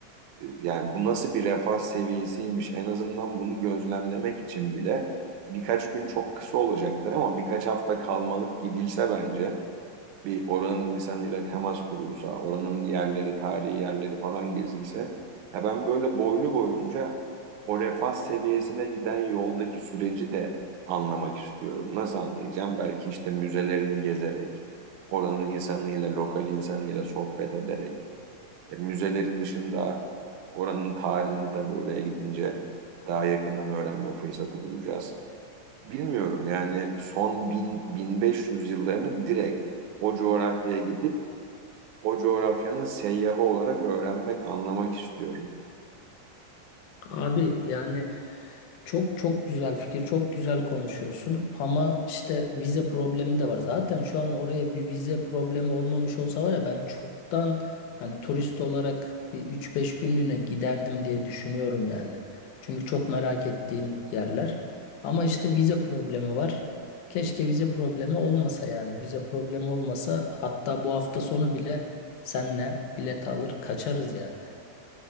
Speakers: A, on the right; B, on the left.
A: e, yani bu nasıl bir refah seviyesiymiş en azından bunu gözlemlemek için bile birkaç gün çok kısa olacaktır ama birkaç hafta kalmalık gidilse bence bir oranın insanıyla temas kurulsa, oranın yerleri, tarihi yerleri falan gezilse, ya ben böyle boylu boyunca o refah seviyesine giden yoldaki süreci de anlamak istiyorum. Nasıl anlayacağım? Belki işte müzelerini gezerek, oranın insanıyla, lokal insanıyla sohbet ederek, e, müzeleri dışında oranın tarihini tabii oraya gidince daha yakından öğrenme fırsatı bulacağız. Bilmiyorum yani son 1000 1500 yıllarını direkt o coğrafyaya gidip o coğrafyanın seyyahı olarak öğrenmek, anlamak istiyorum.
B: Abi yani çok çok güzel fikir, çok güzel konuşuyorsun ama işte vize problemi de var. Zaten şu an oraya bir vize problemi olmamış olsa var ya ben çoktan hani turist olarak bir üç beş günlüğüne giderdim diye düşünüyorum yani. Çünkü çok merak ettiğim yerler. Ama işte vize problemi var. Keşke vize problemi olmasa yani. Vize problemi olmasa hatta bu hafta sonu bile senle bilet alır kaçarız yani.